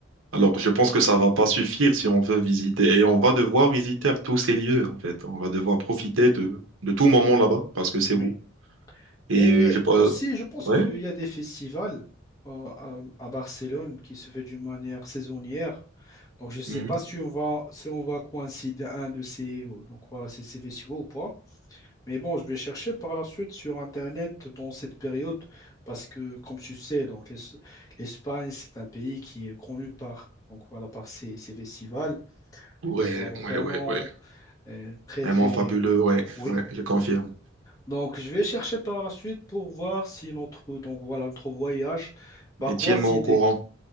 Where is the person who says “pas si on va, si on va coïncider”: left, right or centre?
Left